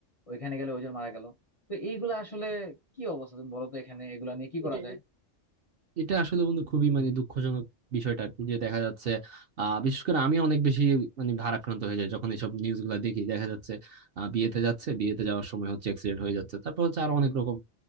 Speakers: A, on the left (about 45°); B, on the right (about 60°).
A: ওইখানে গেলে ওইজন মারা গেল তো এইগুলা আসলে কি অবস্থা তুমি বলো তো এখানে এগুলা নিয়ে কি করা
B: এটা
A: যায়
B: এটা আসলে বন্ধু খুবই মানে দুঃখজনক বিষয়টা আর কি যে দেখা যাচ্ছে আহ বিশেষ করে আমি অনেক বেশি মানে ভারাক্রান্ত হয়ে যায় যখন এইসব নিউজ গুলা দেখি দেখা যাচ্ছে আহ, বিয়েতে যাচ্ছে বিয়েতে যাওয়ার সময় হচ্ছে অ্যাক্সিডেন্ট হয়ে যাচ্ছে তারপর হচ্ছে আরো অনেক রকম